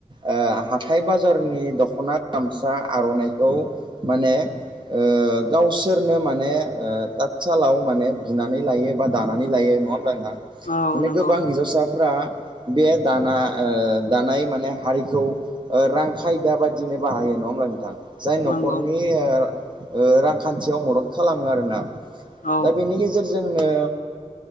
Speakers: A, on the right; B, on the left.
A: ओ हाथाय-बाजारनि दख'ना, गामसा, आर'नाइखौ माने ओ गावसोरनो माने ओ थात-सालाव माने बुनानै लायो बा दानानै लायो नङा होमब्ला नोंथां?
B: औ
A: माने
B: नंगौ
A: गोबां हिनजावसाफ्रा बे दाना ओ दानाय माने हारिखौ ओ रां खायदा बायदिनो बाहायो। नङा होमब्ला नोंथां? जाय न'खरनि
B: नंगौ
A: ओ ओ रांखान्थियाव मदद खालामो आरोना
B: औ
A: दा बेनि गेजे रजोंनो